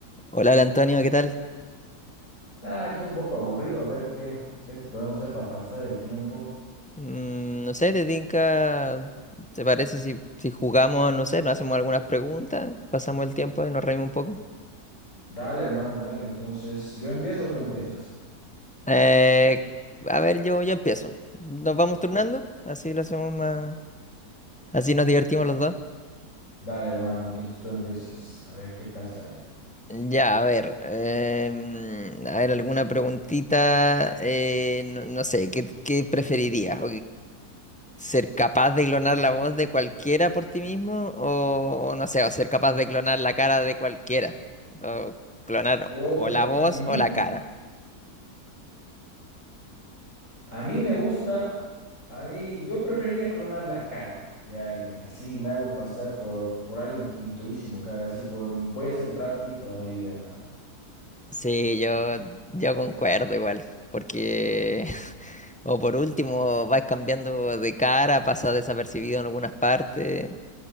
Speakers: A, in the centre; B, on the left.
A: Hola, hola, Antonio, ¿qué tal?
B: Está aquí un poco aburrido, a ver qué, qué podemos hacer para pasar el tiempo.
A: Mm, no sé, ¿te tinca? ¿Te parece si, si jugamos, no sé, nos hacemos algunas preguntas, pasamos el tiempo y nos reímos un poco?
B: Dale, hermano, dale. Entonces, ¿yo empiezo o tú empiezas?
A: Eh, a ver, yo, yo empiezo. Nos vamos turnando,
B: Ya.
A: así lo hacemos más, así nos divertimos los dos.
B: Dale, hermano, entonces tú empiezas. A ver qué tal sale.
A: Ya, a ver, em, a ver, alguna preguntita, eh, no, no sé, ¿qué, qué preferirías? ser capaz de clonar la voz de cualquiera por ti mismo o o no sé, o ser capaz de clonar la cara de cualquiera. O clonar
B: Oh,
A: o
B: pre-
A: la voz
B: mi-
A: o la cara.
B: a mí me gusta, ahí, yo prefería clonar la cara de alguien, así me hago pasar por, por alguien pintudísimo cada vez, así por, voy a ser Brad Pitt toda mi vida, hermano.
A: Sí, yo, yo concuerdo igual. Porque, <laughs> o por último, vas cambiando de cara, pasa desapercibido en algunas partes.